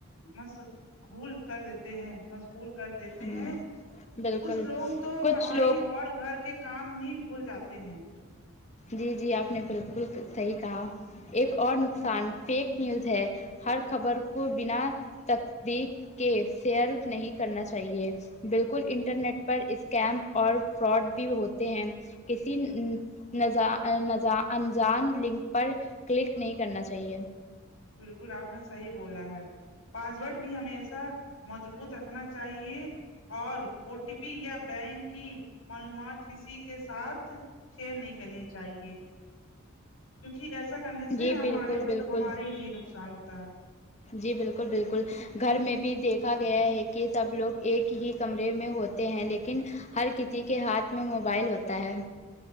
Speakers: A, on the left; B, on the left.
A: مست گھول کر دیتے ہیں مشغول کر دیتے
B: ہ
A: ہیں
B: بالکل
A: کچھ لوگ تو
B: کچھ
A: پڑھائی
B: لوگ
A: اور گھر کے کام ہی بھول جاتے ہیں
B: جی جی آپ نے بالکل صحیح کہا ایک اور نقصان فیک نیوز ہے ہر خبر کو بنا تقدیق کے شیئر نہیں کرنا چاہیے بالکل انٹرنیٹ پر اسکیم اور فراڈ بھی ہوتے ہیں کسی نا جا نا جا انجان لنک پر کلک نہیں کرنا چاہیے
A: بالکل آپ نے صحیح بولا ہے پاسورڈ بھی ہمیشہ مضبوط رکھنا چاہیے اور او ٹی پی یا بینک کی معلومات کسی کے ساتھ شیئر نہیں کرنی چاہیے کیونکہ ایسا کرنے سے
B: جی
A: ہمارے
B: بالکل
A: مطلب
B: بالکل
A: ہمارے ہی لیے نقصان ہوتا ہے
B: جی بالکل بالکل گھر میں بھی دیکھا گیا ہے کہ سب لوگ ایک ہی کمرے میں ہوتے ہیں لیکن ہر کسی کے ہاتھ میں موبائل ہوتا ہے